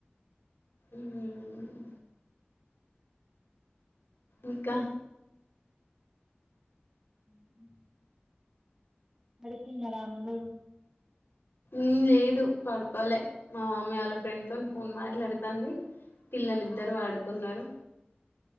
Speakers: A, on the left; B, on the right.
A: ఊమ్మ్ ఇంకా
B: ఉహు పడుకున్నరా అందరూ
A: ఉమ్మ్ లేదు పడుకోలే మా మమ్మీ ఆళ్ళ ఫ్రెండ్ తో ఫోన్ మాట్లాడుతాంది. పిల్లలిద్దరు
B: ఉమ్.
A: వడుకున్నరు